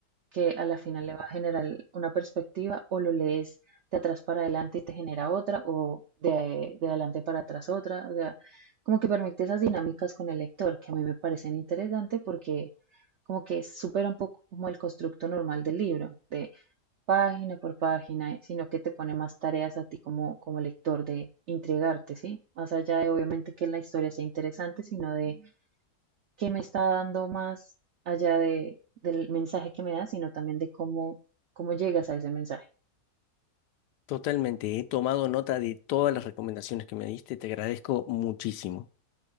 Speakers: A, on the right; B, on the left.
A: que a la final le va a generar una perspectiva o lo lees de atrás para adelante y te genera otra o de, de adelante para atrás otra. O sea, como que permite esas dinámicas con el lector que a mí me parecen interesantes porque como que supera un poco como el constructo normal del libro, de página por página, sino que te pone más tareas a ti como, como lector de intrigarte ¿sí? Más allá de obviamente que la historia sea interesante, sino de que me está dando más allá de, del mensaje que me da, sino también de cómo, cómo llegas a ese mensaje.
B: Totalmente, he tomado nota de todas las recomendaciones que me diste, te agradezco muchísimo.